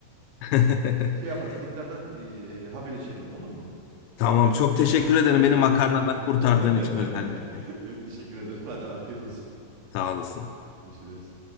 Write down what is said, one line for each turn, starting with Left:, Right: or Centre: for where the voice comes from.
Left: <laughs>
Right: Şey yaparız, tekrardan eee haberleşelim olur mu?
Left: Tamam, çok teşekkür ederim
Right: Rica
Left: beni makarnadan
Right: ederim. <laughs>
Left: kurtardığın için özellikle.
Right: Ben teşekkür ederim. Hadi afiyet olsun.
Left: <laughs> Sağ olasın.
Right: Görüşürüz.